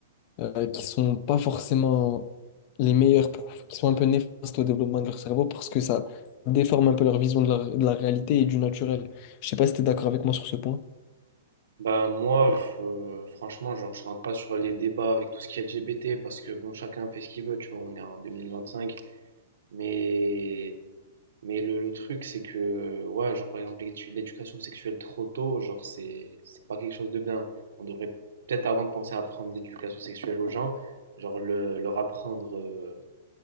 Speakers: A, on the left; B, on the right.
A: euh, qui sont pas forcément les meilleurs profs qui sont un peu néfastes au développement de leur cerveau parce que ça déforme un peu leur vision de la, de la réalité et du naturel. Je sais pas si tu es d'accord avec moi sur ce point.
B: Bah moi, f- euh, franchement, genre, je rentre pas sur les débats avec tout ce qui est LGBT parce que bon, chacun fait ce qu'il veut, tu vois, on est en 2025. Mais, mais le, le truc, c'est que, ouais, genre par exemple, l'édu- l'éducation sexuelle trop tôt, genre, c'est, c'est pas quelque chose de bien. On devrait peut-être avant de penser à apprendre l'éducation sexuelle aux gens, genre le- leur apprendre, euh,